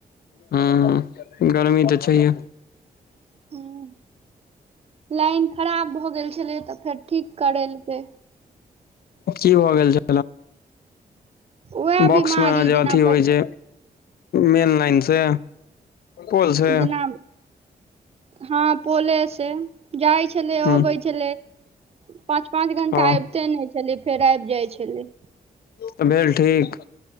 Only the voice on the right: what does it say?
हॅं, लाइन खराब भऽ गेल छलै तऽ फेर ठीक करेलकै।
उएह
बिमारी
जेना
जेना हँ पोलेसँ, जाइ छलै
अबै छलै पाँच पाँच घंटा
अबिते नहि छलै, फेर आबि जाइ छलै